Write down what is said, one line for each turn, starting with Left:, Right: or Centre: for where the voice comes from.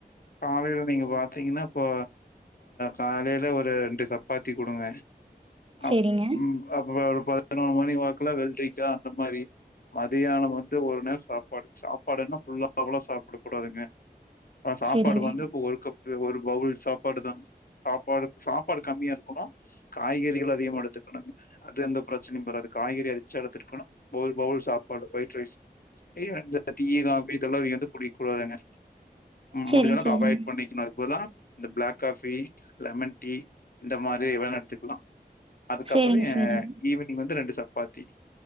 Left: காலையில நீங்க பாத்தீங்கன்னா இப்போ காலையில ஒரு ரெண்டு சப்பாத்தி கொடுங்க
Right: சரிங்க,
Left: அப் ம் அப்பறம் ஒரு பதினொரு மணி வாக்குல வெல்ரிக்கா அந்த மாதிரி மந்தியான மட்டு ஒரு நேர சாப்பாடு சாப்பாடுனா ஃபுல்லா அவ்வளவு சாப்பிட கூடாதுங்க ப்ப சாப்
Right: சரிங்க,
Left: ஒரு கப் ஒரு பவுல் சாப்பாடு தா சாப்பாடு சாப்பாடு கம்மியா இருக்கனு காய்கறிகள் அதிகமா எடுத்துக்கணுங்க அது எந்த பிரச்சனையு வராது காய்கறி ரிச்சா எடுத்துகணு ஒரு பவுல் சாப்பாடு ஒயிட் ரைஸ் இப்பயு வந்து டி காஃபி இதெல்லா வந்து எது குடிக் கூடாதுங்க
Right: சரிங்க
Left: முடிஞ்சளவுக்கு
Right: சரிங்க,
Left: அவாய்ட் பண்ணிக் அதுக் பதுல இந்த பிளாக் காபி லெமன் டீ இந்த மாரி வேணா எடுத்துக்கலா அதுக்கப்றோ
Right: சரிங்க,
Left: எ
Right: சரிங்க,
Left: ஈவினிங் வந்து ரெண்டு சப்பாத்தி